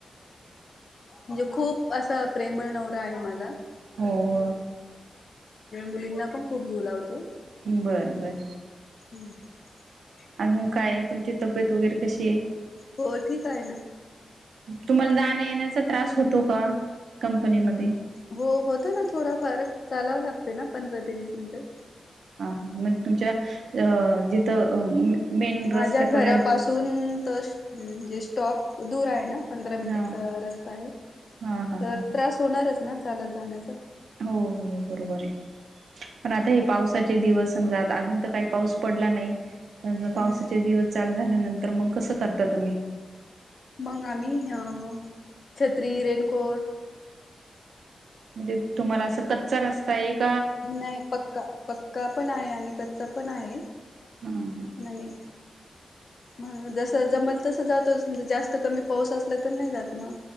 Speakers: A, on the left (about 50°); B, on the right (about 80°).
A: म्हणजे खूप असा प्रेमळ नवरा आहे माझा.
B: हो..
A: मुलींना पण खूप जीव लावतो.
B: बर. बर.
A: हू <unintelligible>
B: अजून काय तुमची तब्येत वगैरे कशी आहे?
A: हो ठीक आहे ना.
B: तुम्हांला जाण्या येण्याचा त्रास होतो का कंपनीमध्ये?
A: हो होतं ना थोडाफार. चालावं लागत ना पंधरा ते वीस मिनिटं.
B: म्हणज तुमच्या अ जिथं मेन रस्त्यापर्यंत
A: माझ्या घरापासून त म्हणजे स्टॉप दूर आहे ना. पंधरा
B: हां
A: मिनटाचा. रस्ता आहे.
B: हां हां
A: तर
B: हां
A: त्रास होणारच ना चालत जाण्याचा.
B: हो हो बरोबर आहे पण आता हे पावसाचे दिवस समजा अजून तर काही पाऊस पडला नाही. पावसाचे
A: हम्म
B: दिवस चालू झाल्यानंतर मग कसं करता तुम्ही?
A: मग आम्ही अ छत्री, रेनकोट
B: म्हणजे तुम्हाला असं कच्चा रस्ता एक.
A: नाही पक्का-पक्का पण आहे. आणि कच्चा पण आहे.
B: हां
A: म्हणे. म जस जमल तस जातो म्हणजे जास्त कमी पाऊस असला तर नाही जात मग